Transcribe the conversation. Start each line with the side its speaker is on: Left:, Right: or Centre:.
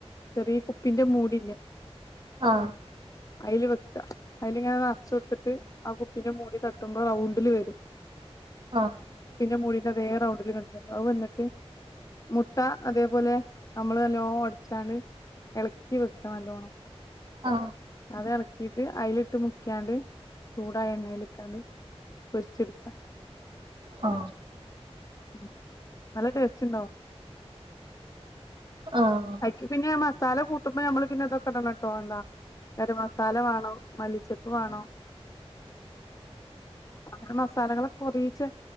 Left: ചെറിയ കുപ്പിന്റെ മൂടില്ലേ
Right: ആ
Left: അതിൽ വെക്ക അതില ഇങ്ങനെ നിറച്ച വത്തിട്ട് ആ കുപ്പിന്റെ മൂടി തട്ടുമ്പോ റൗണ്ടില് വരും
Right: ആഹ് ആഹ്
Left: പിന്നെ മുടി അതേ റൗണ്ടില് കണ്ട അത് വന്നിട്ട് മുട്ട അതേപോലെ നമ്മള് നല്ലോ ഒടിച്ചാണ് ഇളക്കി വെക്ക നല്ലോണം
Right: ആ
Left: അത് ഇളക്കിട്ട് അതിലിട്ട് മുക്കിയാണ്ട് ചൂടായ എണ്ണയിലിട്ടാണ്ട് പൊരിച്ചെടുക്ക
Right: ആ
Left: ഉ നല്ല ടേസ്റ്റ് ഉണ്ടാവും
Right: ആഹ് ആഹ്
Left: അയ്ക്ക് പിന്നെ സാല കൂട്ടുമ്പോ നമ്മള് പിന്നെ ഇതൊക്കെടണം ട്ടോ എന്താ ഗര മസാല വേണോ മല്ലിച്ചപ്പ് വേണോ അങ്ങനെ മസ സലങ്ങളൊക്കെ ഒറിയിച്ച്